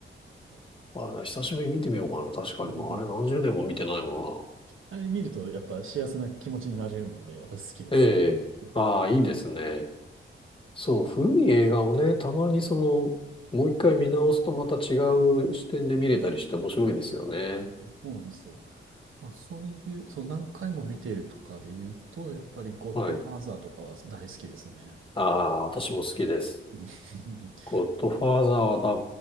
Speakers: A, on the right (about 75°); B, on the left (about 25°).
A: そ
B: あれ、久しぶりに見てみようかな。
A: うまあ
B: 確かに。
A: <laughs>
B: もうあれ何十年も見てないもん
A: あれ見ると、やっぱ幸せな気持ちになれるので、私好きです。
B: な。ええ。
A: うん
B: ああ、いいですね。そう、古い映画をね、たまにその、もう一回見直すとまた違う視点で見れたりして面白いですよね。
A: そうそうそうそうそうなんですよ。まあそういう、そう何回も見ているとかで言うと、やっぱりゴッドファーザーとかは大好きですね。
B: はい。ああ、私も好きです。
A: <laughs>
B: ゴッドファーザーは多